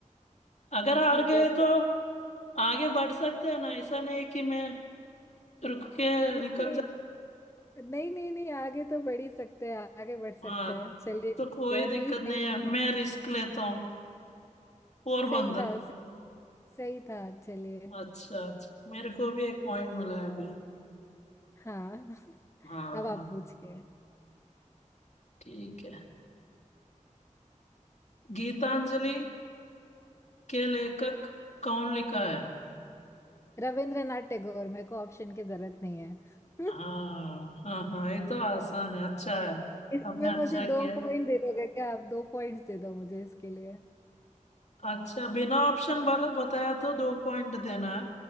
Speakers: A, on the left; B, on the left.
A: अगर हार
B: ठीक
A: गए
B: है तो-
A: तो आगे बढ़ सकते हैं ना ऐसा नहीं कि मैं रुक के
B: नहीं
A: निकल जा
B: नहीं नहीं नहीं आगे तो बढ़ ही सकते हैं आगे बढ़ सकते
A: हाँ
B: हैं चलिए ठीक
A: तो कोई
B: है
A: दिक्कत
B: नहीं सही
A: नहीं
B: था
A: है मैं रिस्क लेता हूँ पोरबंदर
B: सही था सही, सही था चलिए
A: अच्छा अच्छा मेरे को भी एक पॉइंट मिला है अभी
B: हाँ <laughs>
A: हाँ
B: अब
A: हाँ
B: आप पूछिए
A: ठीक है गीतांजलि के लेखक कौन लिखा है
B: रविंद्रनाथ टैगोर मेरे को ऑप्शन की जरूरत नहीं है <laughs>
A: हाँ हाँ हाँ ये तो आसान है अच्छा है
B: इसमें
A: आपने अच्छा
B: मुझे दो
A: किया
B: पॉइंट दे दोगे क्या आप दो पॉइंट्स दे दो मुझे इसके लिए
A: अच्छा बिना ऑप्शन वाला बताया तो दो पॉइंट देना है।